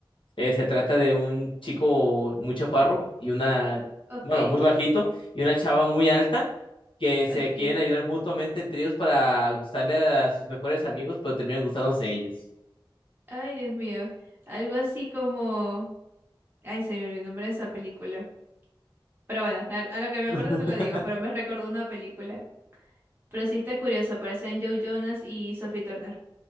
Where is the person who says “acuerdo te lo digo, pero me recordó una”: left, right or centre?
Right